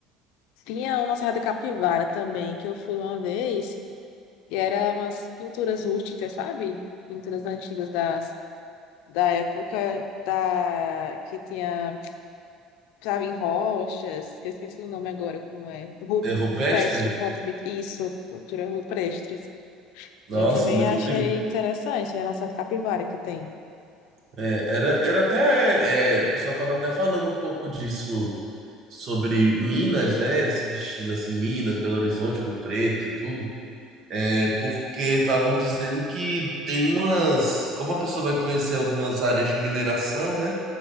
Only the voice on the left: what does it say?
Tinha uma Serra da Capivara também, que eu fui uma vez, e era umas pinturas rústicas, sabe? Pinturas antigas das, da época da, que tinha, estava em rochas, que eu esqueci o nome agora, como é? Ru-
Rupestre, pronto, pin- isso, pintura rupestre.
Eu também
achei
interessante, era a Serra da Capivara que tem.